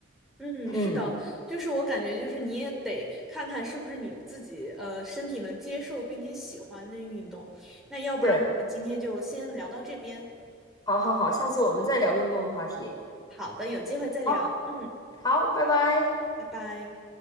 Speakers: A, in the centre; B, on the left.
A: 嗯，是的，
B: 嗯，
A: 就是我感觉就是你也得看看是不是你自己呃身体能接受并且喜欢的运动。那要不然我们今天就先聊到这边。
B: 对，好好好，下次我们再聊运动的话题。
A: 好的，有机会再聊。
B: 好，
A: 嗯，
B: 好，拜拜。
A: 拜拜。